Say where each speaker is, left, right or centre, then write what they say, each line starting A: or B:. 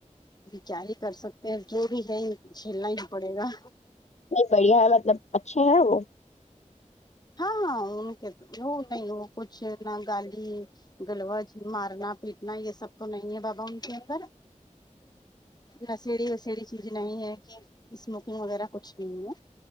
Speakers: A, on the left; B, on the left.
A: کیا ہی کر سکتے ہیں جو بھی ہے جھیلنا ہی پڑے گا
B: نہیں بڑھیا ہے مطلب اچھے ہیں وہ
A: ہاں ہاں ان کہ وہ نہیں وہ کچھ نہ گالی گلوج مارنا پیٹنا یہ سب تو نہیں ہے بابا ان کے اوپر رسیڑی وسیڑی چیز نہیں ہے کہ اسموکنگ وغیرہ کچھ بھی نہیں ہے